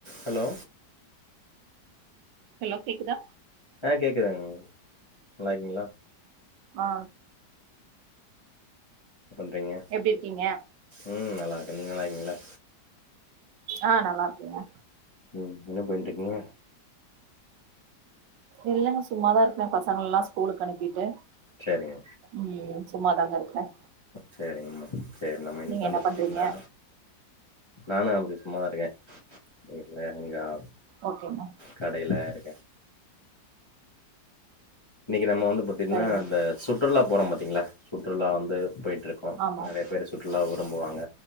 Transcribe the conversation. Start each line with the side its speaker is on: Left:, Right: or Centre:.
Left: hello
Right: hello கேக்குதா
Left: ஆ கேட்குதுங்க நல்லாயிருக்கிங்களா
Right: ஆ
Left: பண்றீங்க
Right: எப்படி இருக்கீங்க
Left: ம் நல்லா இருக்கேன் நீங்க நல்லா இருக்கீங்களா
Right: ஆ நல்லா இருக்கேங்க
Left: ம் என்ன பன்னிட்டு இருக்கீங்க
Right: இல்லங்க சும்மாதான் இருக்கேன் பசங்கள் எல்லாம் ஸ்கூலுக்கு அனுப்பிட்டு
Left: சேரிங்க
Right: ஐயையோ சும்மாதாங்க இருக்கேன்
Left: சரிங்கம்மா சரி நம்ம இன்னைக்கு வந்து
Right: என்ன
Left: பாத்தீங்கன்னா
Right: பண்றீங்க
Left: நானும் அப்படி சொன் சும்மா இருக்கேன் இல்ல எங்க ஆ
Right: ஓகேங்க
Left: கடையில இருக்கேன் இன்னைக்கு நம்ம வந்து பாத்தீங்கன்னா
Right: சரிங்க
Left: அந்த சுற்றுலா போறோம் பாத்தீங்களா சுற்றுலா வந்து போயிட்ட
Right: ஆமாம்
Left: சுற்றுலா விரும்புவாங்க